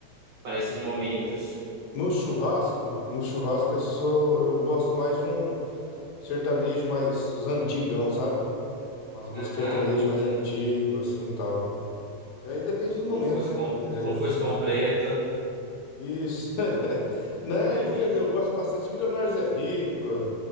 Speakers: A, on the right; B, on the left.
A: para esses momentos?
B: No churrasco, no churrasco eu sou, eu gosto mais de um sertanejo mais os antigão, sabe? Umas músicas
A: Aham,
B: sertanejas
A: um-
B: mais antigas, assim e tal. É, Aí depende
A: tipo
B: do momento,
A: um fuscão,
B: né? É,
A: tipo um fuscão preto.
B: Isso. <laughs> Né?
A: <laughs>
B: Quer ver? Eu gosto bastante de Milionários é Rico,